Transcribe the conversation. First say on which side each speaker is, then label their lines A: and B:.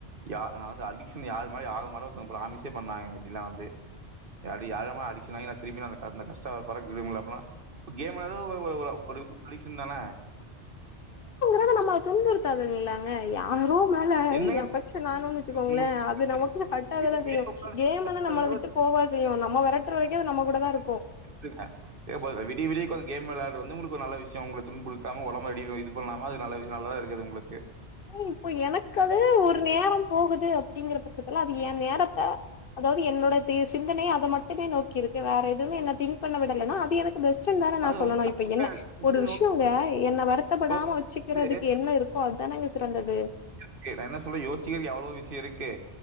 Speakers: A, on the right (about 50°); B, on the left (about 60°).
A: யா நா வந்து அடிக்க்ஷன் யார் மாரியு ஆக மாட்டன் ஒருத்தங்க ப்ராமிசே பண்ணாங்க எங்ககிட்டேலா வந்து அப்டி யாரமா அடிக்ஷன் ஆகி நா திருப்பி அந்த கஷ்ட படுறக்கு நா விரும்பல அப்பனா இப்ப கேம் விளாட்றது ஒ ஒ ஒரு அடிக்க்ஷன் தான
B: ஆனா நம்ம அது துண்புறுத்தாதுங்கல்ல ஏங்க யாரோ மேல
A: என்னங்க
B: எபெக்ஷன் ஆனோனு வச்சுக்கோங்கள
A: உங்களுக்கு
B: அது நமக்கு ஹட்டாக
A: விடிய
B: தா
A: விடிய
B: செய்யு
A: உட்கார்ந்து
B: கேம்ன்னா நம்மள
A: வந்து
B: விட்டு போவா செய்யு நம்ப வெரட்ற வரைக்கு அது நம்ப கூட தா இருக்கு
A: <inaudible> ம் விடிய விடிய உக்காந்து கேம் வெளாட்றது வந்து ஒங்ளுக்கு ஒரு நல்ல விஷ்யோ ஒங்கள துன்புடுத்தாம ஒடம்ப அடின் இது பண்லாமா அது நல்லது நல்லதா இருக்கு அது ஒங்ளுக்கு
B: ஏ இப்ப எனக்கு அது ஒரு நேரோ போகுது அப்டிங்கற பச்சத்துல அது ஏ நேரத்த அதாவது என்னோட சிந்தனயே அத மட்டுமே நோக்கி இருக்கு வேற எதுமே என்ன திங் பண்ண விடலன்னா அது எனக் பெஸ்ட்ண் தானே நா
A: அது
B: சொல்லனு
A: ரொம்ப தப்புங்க.
B: இப்ப என்ன
A: உங்கள்ட்ட
B: ஒரு விஷயோங்க
A: நோக்கி-
B: என்ன வருத்தப்படாம வச்சிக்கிறதுக்கு
A: வந்து
B: என்ன இருக்கோ அதானங்க சிறந்தது
A: ஓகே நா என்ன சொல்றே யோசிக்கிறதுக்கு எவ்ளோ விஷயோ இருக்கு